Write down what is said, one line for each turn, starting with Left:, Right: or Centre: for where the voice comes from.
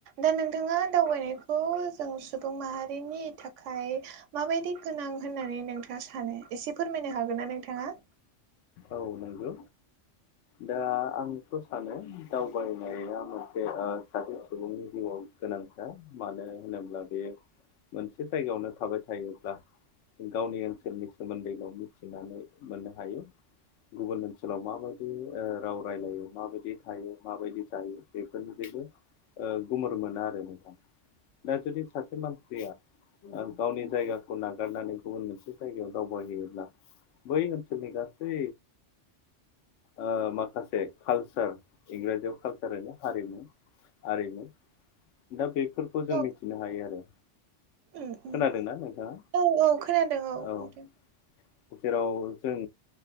Right: दा नोंथाङा दावबायनायखौ जों सुबुं माहारिनि थाखाय माबायदि गोनां होननानै नोंथाङा सानो एसे फोरमायनो हागोन ना नोंथाङा
Left: औ नंगौ दा आं <unintelligible> ' सानो दावबायनाया मोनसे ओ सासे सुबुंनि जिउआव गोनां मानो होनोब्ला बे मोनसे जायगायावनो थाबाय थायोब्ला गावनि ओनसोलनि सोमोन्दैल मिथिनानै मोननो हायो गुबुन ओनसोलाव माबायदि ओ राव रायलायो माबायदि थायो माबायदि जायो बेफोरनि जनो ओ गुमुर मोना आरो नोंथां दा जुदि सासे मानसिया आं गावनि जायगाखौ नागारनानै गुबुन मोनसे जायगायाव दावबायहैयोब्ला बै ओनसनि गासै ओ माखासे कालसार इंराजियाव कालसार होनो हारिमु आरिनो दा बेफोरखौ जों
Right: औ
Left: मिथिनो हायो आरो
Right: उम उम
Left: खोनादोंना नोंथाङा
Right: औ औ खोनादों औ
Left: औ
Right: नोंथां
Left: जेराव जों